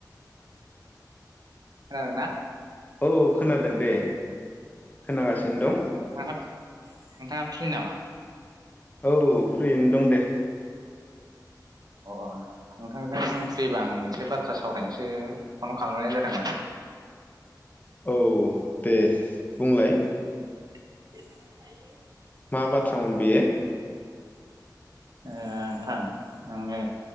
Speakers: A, on the right; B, on the left.
A: खोनादों ना?
B: औ खोनादों दे खोनागासिनो
A: अ
B: दं
A: अ नोंथाङा नोंथाङा फ्रि नामा?
B: औ फ्रियैनो दं दे
A: अ अ नोंथांजों फ्रिबा आं मोनसे बाथ्रा सावरायनोसो फन खालामनाय जादोंमोन।
B: औ दे बुंलाय?
A: <unintelligible>
B: मा बाथ्रामोन बेयो?
A: ओ नोंथां आङो